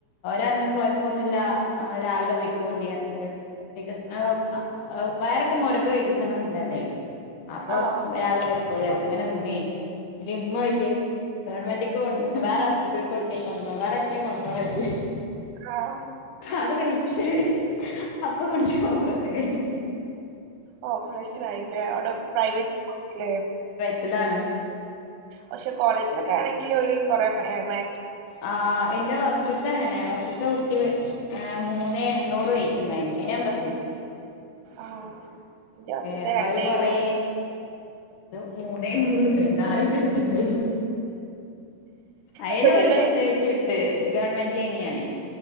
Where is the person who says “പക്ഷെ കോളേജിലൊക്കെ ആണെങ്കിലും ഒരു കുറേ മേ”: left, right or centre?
Right